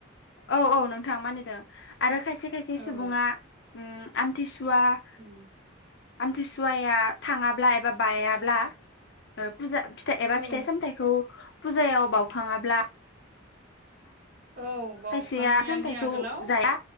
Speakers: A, on the left; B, on the right.
A: औ औ नोंथां मानि। <unintelligible> आरो खायसे खायसे सुबुङा
B: औ
A: ओम आमथिसुआ। सुवा आम
B: उम
A: आमथिसुवाया थाङाब्ला एबा बायाब्ला फुजा फिथाय एबा
B: औ
A: फिथाइ सामथाइखौ। फुजायाव बावखाङाब्ला।
B: औ बावखाङियानि
A: खायसेया सामथाइखौ
B: आगोलाव
A: जाया